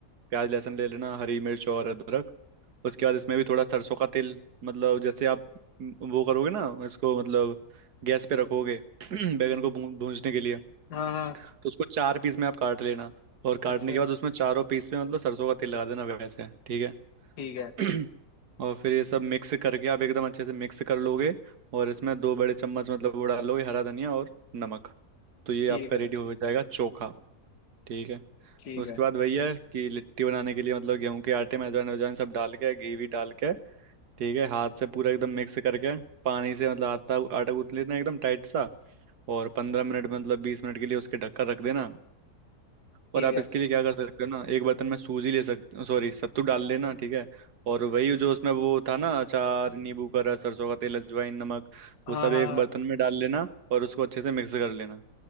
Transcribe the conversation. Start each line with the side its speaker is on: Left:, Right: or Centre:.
Right: प्याज लहसुन ले लेना हरी मिर्च और अदरक उसके बाद इसमें भी थोड़ा सरसों का तेल मतलब जैसे आप वो करोगे ना इसको मतलब गैस पे रखोगे <clears throat> बैंगन को भून- भूंजने के लिए
Left: हाँ हाँ
Right: तो उसको चार पीस में आप काट लेना और काटने
Left: अच्छा
Right: के बाद उसमें चारों पीस में मतलब सरसों का तेल लगा देना वैसे ठीक
Left: ठीक है
Right: है <clears throat> और फिर ये सब मिक्स करके आप एकदम अच्छे से मिक्स कर लोगे और इसमें दो बड़े चम्मच मतलब वो डालोगे हरा धनिया और नमक तो ये
Left: ठीक
Right: आपका
Left: है
Right: रेडी हो जाएगा चोखा ठीक है
Left: ठीक
Right: उसके
Left: है
Right: बाद वही है कि लिट्टी बनाने के लिए मतलब गेहूं के आटे में अजवाइन अजवाइन सब डाल के घी भी डाल के ठीक है हाथ से पूरा एकदम मिक्स करके पानी से मतलब आटा आटा गूंथ लेना एकदम टाइट सा और पंद्रह मिनट मतलब बीस मिनट के लिए उसके ढक्कन रख देना
Left: ठीक
Right: और आप
Left: है
Right: इसके लिए क्या कर सकते हो ना एक बर्तन में सूजी ले सकते सॉरी सत्तू डाल लेना ठीक है और वही जो उसमें वो था ना अचार नींबू का रस सरसों का तेल अजवाइन नमक
Left: हाँ
Right: वो सब
Left: हाँ
Right: एक
Left: हाँ
Right: बर्तन में डाल लेना और उसको अच्छे से मिक्स कर लेना